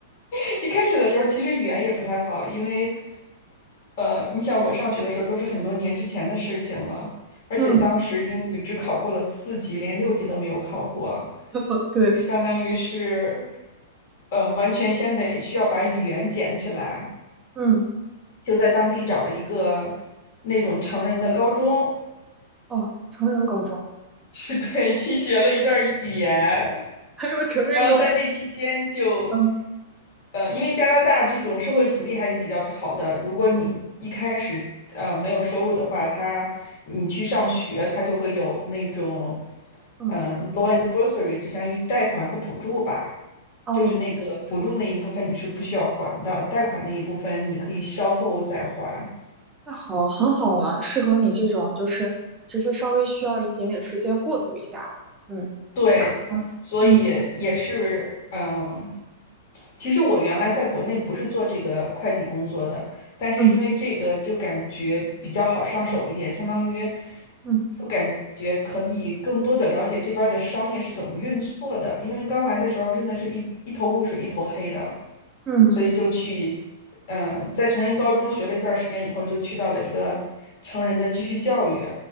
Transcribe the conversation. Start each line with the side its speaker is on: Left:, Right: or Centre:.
Left: <laughs> 一开始的时候其实语言也不太好，因为呃，你想我上学的时候都是很多年之前的事情了，而且当时英语只考过了四级，
Right: 嗯，
Left: 连六级都没有考过，
Right: <laughs> 对，
Left: 就相当于是，嗯、呃完全先得需要把语言捡起来，
Right: 嗯，
Left: 就在当地找了一个那种成人的高中，
Right: 哦，成人高中，
Left: 去 <laughs> 对去学了一段儿语言，
Right: 还有成人高中，
Left: 然后在这期间就，
Right: 嗯
Left: 呃，因为加拿大这种社会福利还是比较好的，如果你一开始呃没有收入的话，他你去上学，他就会有那种
Right: 嗯，
Left: 嗯、呃 loan and bursary，就相当于贷款和补助吧，
Right: 哦，
Left: 就是那个补助那一部分你是不需要还的，贷款那一部分你可以稍后再还。
Right: 那好，很好啊，适合你这种，就是其实稍微需要一点点时间过渡一下的。嗯，
Left: 对，
Right: 啊，
Left: 所以也是嗯。
Right: 嗯
Left: 其实我原来在国内不是做这个会计工作的，但是因为这个就感觉比较好上手一点，
Right: 嗯
Left: 相当于
Right: 嗯
Left: 就感觉可以更多的了解这边儿的商业是怎么运作的。因为刚来的时候真的是一一头雾水，一头黑的，
Right: 嗯，
Left: 所以就去，嗯、在成人高中学了一段时间以后，就去到了一个成人的继续教育，